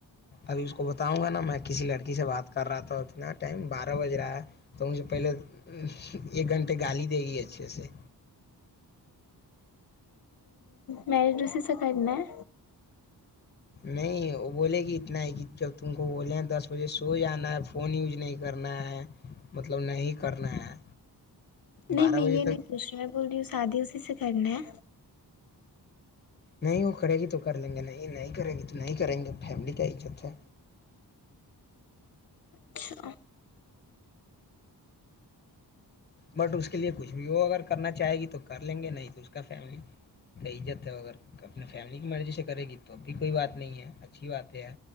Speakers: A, on the left (about 25°); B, on the left (about 55°).
A: ابھی اس کو بتاؤں گا نا میں کسی لڑکی سے بات کر رہا تھا اتنا ٹائم بارہ بج رہا ہے تو مجھے پہلے ایک گھنٹے گالی دے گی اچھے سے
B: مری دوسی سے کرنا ہے
A: نہیں وہ بولے گی اتنا ہے کہ جب تم کو بولیں دس بجے سو جانا ہے فون یوج نہیں کرنا ہے مطلب نہیں کرنا ہے بارہ
B: نہیں میں
A: بجے
B: یہ
A: تک
B: نہیںوھ رہا بول رہی ہوں شادی سے س کرنا ہے
A: نہیں وہ کرے گی تو کر لیں گے نہیں نہیں کرے گی تو نہیں کریں گے فیملی کا عزت ہے
B: اچھا
A: بٹ اس کے لیے کچھ بھی ہو اگر کرنا چاہے گی تو کر لیں گے نہیں تو اس کا فیملی کت اگر اپنے فیملی کی مرضی سے کرے گی تو اب بھی کوئی بات نہیں ہے اچھی بات ہے